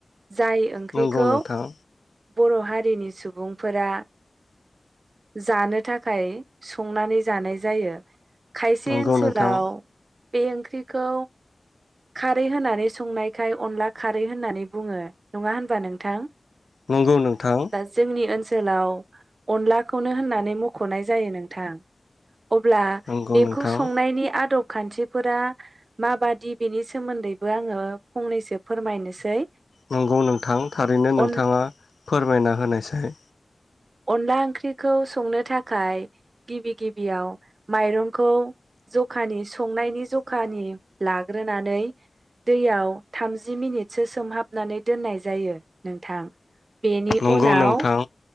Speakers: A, on the right; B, on the left.
A: जाय ओंख्रिखौ
B: नंगौ नोंथां
A: बर' हारिनि सुबुंफोरा जानो थाखाय संनानै जानाय जायो खायसे
B: नंगौ
A: ओनसोलाव
B: नोंथां
A: बे ओंख्रिखौ खारै होनानै संनायखाय अनला खारै होननानै बुङो नङा होनबा नोंथां।
B: नंगौ नोंथां
A: दा जोंनि ओनसोलाव अनलाखौनो होननानै मख'नाय जायो नोंथां। अब्ला
B: नंगौ
A: बेखौ
B: नोंथां
A: संनायनि आदब खान्थिफोरा माबादि बेनि सोमोन्दैबो आङो फंनैसो फोरमायनोसै।
B: नंगौ नोंथां थारैनो नोंथाङा
A: अन
B: फोरमायना होनायसाय।
A: अनला ओंख्रिखौ संनो थाखाय गिबि-गिबियाव माइरंखौ जखानि संनायनि जखानि लाग्रोनानै दैयाव थामजि मिनिटसो सोमहाबनानै दोननाय जायो नोंथां। बेनि
B: नंगौ
A: उनाव
B: नोंथां